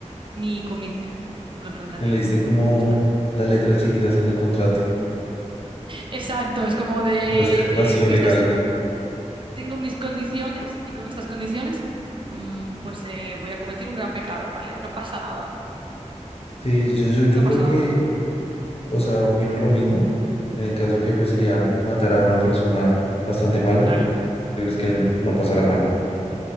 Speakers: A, on the right; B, on the left.
A: mi commitment por el planeta
B: Le
A: Tierra.
B: diste como
A: Ya está.
B: las letras chiquitas en el contrato.
A: Exacto, es como de
B: Encontraste el vacío
A: eh,
B: legal.
A: estas tengo mis condiciones y con estas condiciones mm, pues eh, voy a cometer un gran pecado, ¿vale? No pasa nada,
B: Sí, yo, yo, yo
A: no
B: creo
A: pasa
B: que,
A: nada.
B: o sea, opino lo mismo, en el caso que pues sería matar a una persona bastante mala
A: Claro,
B: y pues que no pasará nada.